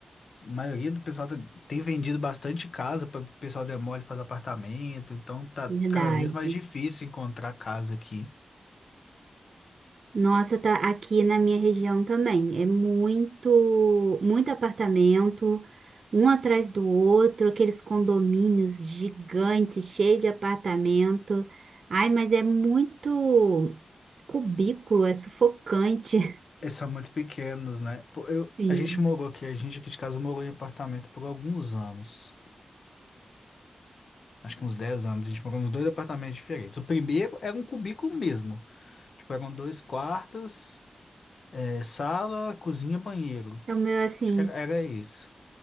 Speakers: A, on the left (about 70°); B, on the right (about 75°).
A: maioria do pessoal tá- tem vendido bastante casa para o pessoal demole fazer apartamento. Então tá
B: Verdade.
A: cada vez mais difícil encontrar casa aqui.
B: Nossa, tá aqui na minha região também. É muito, muito apartamento, um atrás do outro, aqueles condomínios gigantes, cheios de apartamento. Ai, mas é muito cubículo, é sufocante.
A: E São muito pequenos, né? Pô, Eu,
B: <laughs> Sim.
A: a gente morou aqui, a gente aqui de casa morou em apartamento por alguns anos. acho que uns 10 anos, a gente morou nos dois apartamentos diferentes. O primeiro era um cubículo mesmo. Tipo, eram dois quartos, eh, sala, cozinha, banheiro.
B: O meu, é assim,
A: Acho que era, era isso.